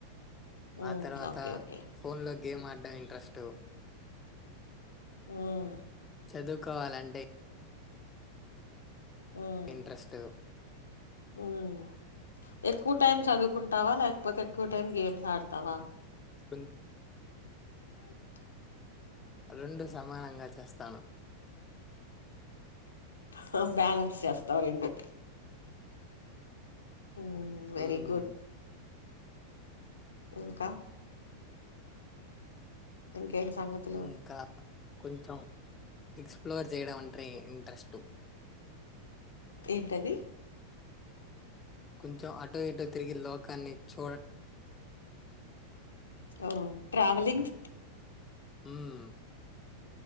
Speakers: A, on the left; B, on the left.
A: ఉమ్
B: ఆ తర్వాత
A: ఓకే ఓకే
B: ఫోన్ లో గే. గేమ్ ఆడ్డం ఇంట్రెస్టు.
A: ఉమ్.
B: చదువుకోవాలంటే.
A: ఉమ్
B: ఇంట్రెస్టు.
A: ఉమ్ ఎక్కువ టైం చదువుకుంటావా, లేకపోతే ఎక్కువ టైం గేమ్స్ ఆడతావా.
B: కొంజ్.
A: <inaudible>
B: రెండు సమానంగా చేస్తాను.
A: హో బ్యాలెన్స్ చేస్తావ్ రెండు. హుమ్మ్ వెరీ
B: హ్మ్
A: గుడ్. ఇంకా. ఇంకేం సంగతులు.
B: ఇంకా కొంచెం ఫిక్స్. ఎక్స్ప్లోర్ చేయడం అంట్రే ఇంట్రెస్టు.
A: ఏంటది.
B: కొంచెం అటో ఇటో తిరిగి లోకాన్ని చ్చు.
A: ఓ ట్రావెలింగ్.
B: ఉమ్మ్.